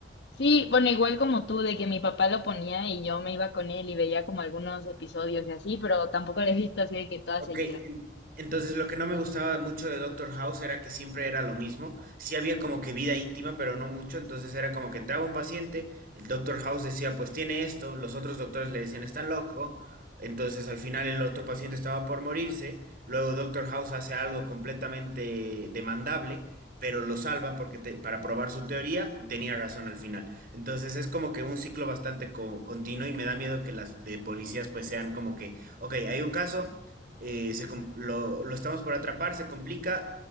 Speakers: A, on the left (about 75°); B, on the right (about 55°).
A: Sí, bueno, igual como tú, de que mi papá lo ponía y yo me iba con él y veía como algunos episodios y así, pero tampoco lo he visto así de que toda
B: Ok,
A: seguida.
B: en- entonces lo que no me gustaba mucho de Doctor House era que siempre era lo mismo. Sí había como que vida íntima, pero no mucho. Entonces era como que entraba un paciente, el Doctor House decía, pues tiene esto, los otros doctores le decían, está loco. Entonces al final el otro paciente estaba por morirse. Luego Doctor House hace algo completamente demandable, pero lo salva porque te- para probar su teoría tenía razón al final. Entonces es como que un ciclo bastante co- continuo y me da miedo que las de policías pues sean como que... Ok, hay un caso, eh, se com- lo, lo estamos por atrapar, se complica,